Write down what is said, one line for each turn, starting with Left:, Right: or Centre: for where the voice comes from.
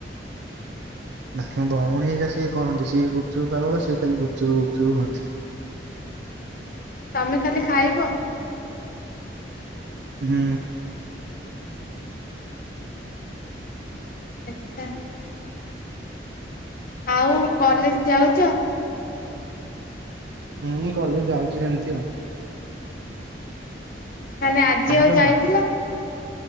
Right: ନା ମ ଭଉଣୀ ହେଇକା ସିଏ କରନ୍ତି ସିଏ ଗୁପଚୁପ ପାଗଳ ସିଏ ଖାଲି ଗୁପଚୁପ ଗୁପଚୁପ ହୁଅନ୍ତି।
Left: ତମେ ଖାଲି ଖାଇବ?
Right: ହୁଁ।
Left: ଆଚ୍ଛା। ଆଉ କଲେଜ ଯାଉଚ?
Right: ହୁଁ କଲେଜ ଯାଉଛି ସେମିତି ଆଉ।
Left: ମାନେ ଆଜି
Right: ତମେ
Left: ଆଉ
Right: ଯାଉନ?
Left: ଯାଇଥିଲ?